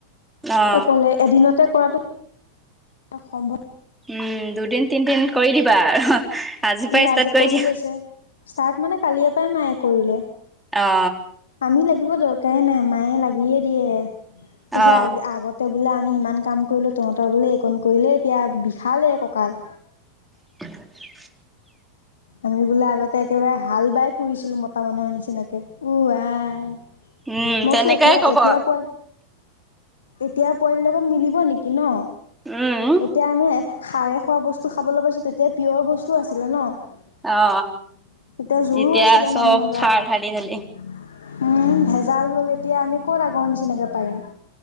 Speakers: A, in the centre; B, on the left (about 65°).
A: অ
B: অকলে এদিনতে কৰাটো সম্ভৱ
A: উম দুদিন তিনিদিন কৰি দিবা আৰু আজিৰ পৰাই
B: এই
A: ষ্টাৰ্ট
B: আজি
A: কৰি দিয়া
B: আছে ষ্টাৰ্ট মানে কালি পৰাই মায়ে কৰিলে
A: অ
B: আমি লাগিব ধৰক কাই নাই মায়ে লাগিয়ে দিয়ে কৈছে
A: অ
B: আগতে বোলে আমি ইমান কাম কৰিলোঁ তহত বোলে একণ কৰিলে এতিয়া বিশালেই কঁকাল
A: <unintelligible>
B: আমি বোলে আগতে একেবাৰে হাল বাই ফুৰিছিলো মতা মানুহৰ নিচি নিচিনাকে উ আহ
A: উম
B: মইচোন
A: তেনেকুৱাই
B: এতিয়া
A: কব
B: এতিয়া তই এতিয়া পোৱালিৰ লগত মিলিব নেকি ন
A: উম
B: এতিয়া আমি সাৰে খোৱা বস্তু খাবলৈ পাইছোঁ তেতিয়া পিয়ৰ বস্তু আছিলে ন তেতিয়া
A: অ
B: জোৰো
A: এতিয়া
B: আছিলে
A: চব
B: মানুহৰ গাত
A: সাৰ ঢালি ঢালি
B: উম ভেজাল হ'ল এতিয়া আমি ক'ত আগৰ নিচিনাকৈ পাৰিম